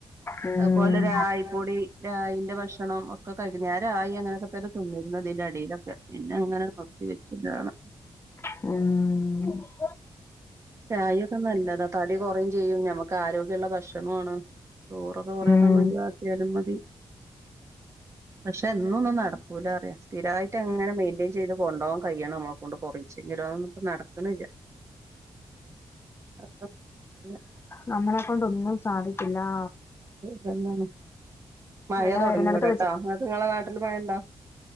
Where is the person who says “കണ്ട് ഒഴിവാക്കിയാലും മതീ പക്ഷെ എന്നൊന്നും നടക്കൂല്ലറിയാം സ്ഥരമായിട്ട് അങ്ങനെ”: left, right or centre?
Right